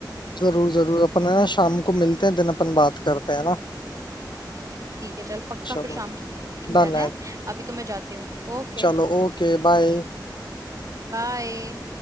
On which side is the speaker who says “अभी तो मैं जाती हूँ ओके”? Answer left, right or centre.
Right